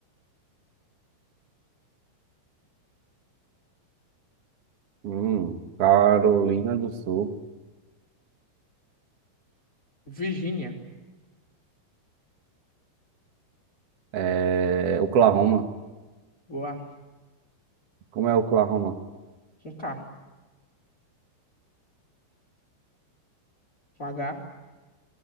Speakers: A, on the right; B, on the left.
A: Hum, Carolina do Sul.
B: Virgínia.
A: É, Oklahoma.
B: Boa.
A: Como é Oklahoma?
B: Com K. Com H.